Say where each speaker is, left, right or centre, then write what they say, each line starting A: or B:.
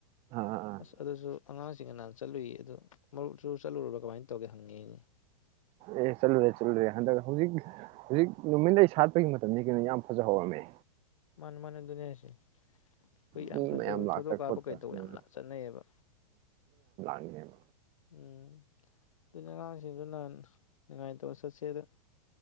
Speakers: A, on the right; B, on the left.
A: ꯑꯥ ꯑꯥ ꯑꯥ
B: ꯑꯁ ꯑꯗꯨꯁꯨ ꯑꯉꯥꯡꯁꯤꯡꯒ ꯅꯍꯥꯟ ꯆꯠꯂꯨꯏ ꯑꯗꯨ ꯃꯔꯨꯞꯁꯨ ꯆꯠꯂꯨꯨꯔꯥꯕ ꯀꯃꯥꯏꯅ ꯇꯧꯒꯦ ꯍꯪꯉꯛꯢꯅꯤ
A: ꯑꯦ ꯆꯠꯂꯨꯔꯦ ꯆꯠꯂꯨꯔꯦ ꯍꯟꯗꯛ ꯍꯧꯖꯤꯛ ꯍꯧꯖꯤꯛ ꯅꯨꯃꯤꯠꯂꯩ ꯁꯥꯠ ꯍꯧꯖꯤꯛ ꯃꯇꯝꯗꯤ ꯀꯩꯅꯣ ꯌꯥꯝ ꯐꯖꯍꯧꯔꯝꯃꯦ
B: ꯃꯅꯤ ꯃꯅꯤ ꯑꯥꯗꯨꯅꯤ ꯍꯥꯏꯁꯤ ꯍꯧꯖꯤꯛ ꯌꯥꯝ
A: ꯃꯤ
B: ꯐꯖꯩꯌꯦ
A: ꯃꯌꯥꯝ ꯂꯥꯛꯇ
B: ꯐꯣꯇꯣ ꯀꯥꯞꯄ
A: ꯈꯣꯠꯇ
B: ꯀꯩꯗꯧꯕ
A: ꯎꯝ
B: ꯌꯥꯝꯅ ꯆꯠꯅꯩꯌꯦꯕ
A: ꯊ <unintelligible>
B: ꯎꯝ ꯑꯗꯨꯅ ꯑꯉꯥꯡꯁꯤꯡꯗꯨ ꯅꯍꯟ ꯅꯤꯡꯉꯥꯏꯇꯧ ꯆꯠꯁꯦꯗ